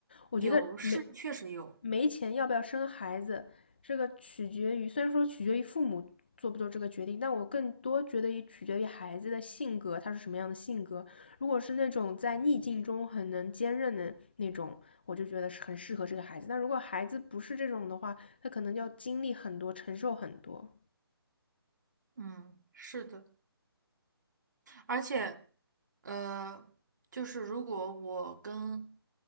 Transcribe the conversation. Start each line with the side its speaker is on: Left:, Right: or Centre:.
Left: 我觉得没
Right: 有是确实有，
Left: 没钱要不要生孩子，这个取决于，虽然说取决于父母做不做这个决定，但我更多觉得也取决于孩子的性格，他是什么样的性格。如果是那种在逆境中很能坚韧的那种，我就觉得是很适合这个孩子。但如果孩子不是这种的话，他可能要经历很多，承受很多。
Right: 嗯，是的。而且，呃，就是如果我跟